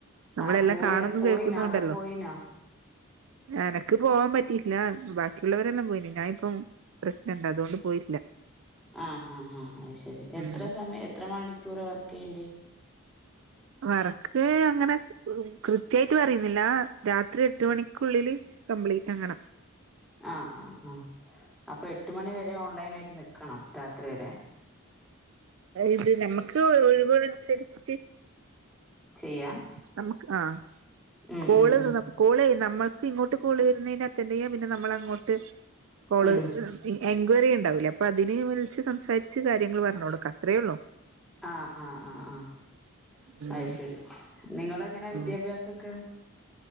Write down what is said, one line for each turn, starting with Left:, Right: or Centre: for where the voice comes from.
Right: നമ്മളെല്ലാ
Centre: ആഹ് പോയ
Right: കാണുന്നും
Centre: പോയിനോ
Right: കേക്കുന്നുണ്ടല്ലോ.
Centre: അവിടെ പോയിനോ
Right: അനക്ക് പോവാൻ പറ്റിയില്ല ബാക്കിയുള്ളവരെല്ലം പോയിന് ഞാ ഇപ്പം. പ്രഗ്നന്റാ അതുകൊണ്ട് പോയിട്ടില്ല.
Centre: ആ ആ ആ അശെരി എത്ര
Right: ഉം
Centre: സമയ് എത്ര മണിക്കൂറാ വർക്ക് യ്യേണ്ട്യേ
Right: വർക്ക് അങ്ങനെ കൃത്യായ്ട്ട് പറയുന്നില്ല രാത്രി എട്ട് മണിക്കുള്ളില്. കംപ്ലീറ്റ് അങ്ങനാ
Centre: ആഹ് ആഹ് ആഹ് അപ്പൊ എട്ട് മണിവരെ ഓൺലൈനായിട്ട് നിക്കണം രാത്രി വരെ
Right: ഇത് നമ്മക്ക് ഒഴിവള് അനുസരിച്ചിട്ട്
Centre: ചെയ്യാ
Right: നമ്മ്ക്ക് ആഹ്
Centre: ഉം
Right: കോള്
Centre: ഉം ഉം
Right: തീർന്നപ്പോ കോള് നമ്മൾക്ക് ഇങ്ങോട്ട് കോള് വരുന്നെന് അറ്റൻഡ് ചെയ്യാം പിന്നെ നമ്മൾ അങ്ങോട്ട് കോള്
Centre: ഉം
Right: എൻക്വയറി ഉണ്ടാവൂല്ലേ അപ്പൊ അതിന് വിളിച്ച് സംസാരിച്ച് കാര്യങ്ങൾ പറഞ്ഞ് കൊടുക്ക അത്രേയുള്ളു.
Centre: ആഹ് ആഹ് അഹ് ആഹ്
Right: ഉം
Centre: അത് ശരി നിങ്ങള്ങ്ങനാ വിദ്യാഭ്യാസൊക്കെ?
Right: ഉം